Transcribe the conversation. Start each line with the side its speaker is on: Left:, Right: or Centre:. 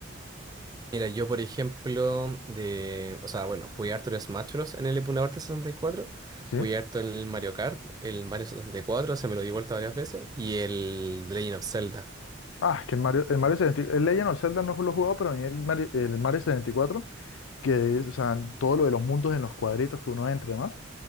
Right: Mira, yo por ejemplo, de, o sea, bueno, jugué harto el Smash Bros. en el emulador de 64,
Left: ¿sí?
Right: jugué harto el Mario Kart, el Mario 64 se me lo di vuelta varias veces, y el The Legend of Zelda.
Left: Ah, es que el Mario, el Mario 64, el Legend of Zelda no lo he jugado, pero a mí el Mario, el Mario setenta y cuatro que es, o sea, todo lo de los mundos en los cuadritos que uno entra y demás,